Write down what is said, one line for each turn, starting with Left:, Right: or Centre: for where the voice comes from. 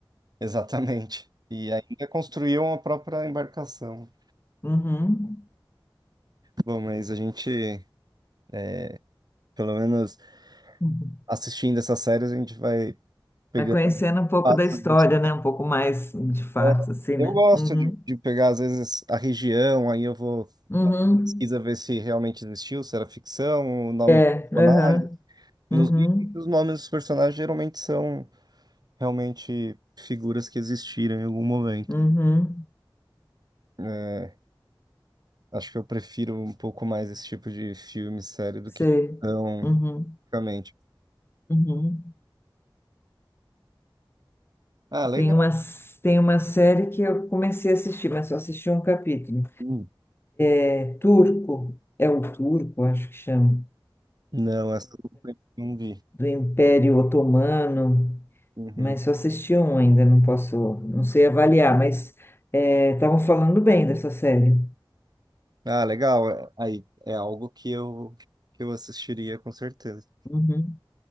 Right: Exatamente. E ainda construíam a própria embarcação.
Left: Uhum.
Right: Bom, mas a gente, é, pelo menos
Left: Uhum.
Right: assistindo essas séries, a gente vai pegando
Left: Vai conhecendo um pouco
Right: fatos
Left: da história, né? Um pouco mais de fato,
Right: É,
Left: assim, né?
Right: Eu gosto
Left: Uhum.
Right: de, de pegar, às vezes, a região, aí eu vou
Left: Uhum.
Right: fazer uma pesquisa ver se realmente existiu, se era ficção, o nome
Left: É,
Right: de personagem.
Left: aham.
Right: Nos
Left: Uhum.
Right: livros, os nomes dos personagens geralmente são realmente figuras que existiram em algum momento.
Left: Uhum.
Right: É, acho que eu prefiro um pouco mais esse tipo de filme, série, do
Left: Sei.
Right: que ficção,
Left: Uhum.
Right: realmente.
Left: Uhum.
Right: Ah, legal.
Left: Tem uma, s- tem uma série que eu comecei a assistir, mas só assisti um capítulo.
Right: Hum.
Left: É turco, é o turco, acho que chama.
Right: Não, essa eu não vi.
Left: do Império Otomano,
Right: Uhum.
Left: mas só assisti um ainda, não posso, não sei avaliar, mas é, estavam falando bem dessa série.
Right: Ah, legal. É- Aí, é algo que eu, que eu assistiria com certeza.
Left: Uhum.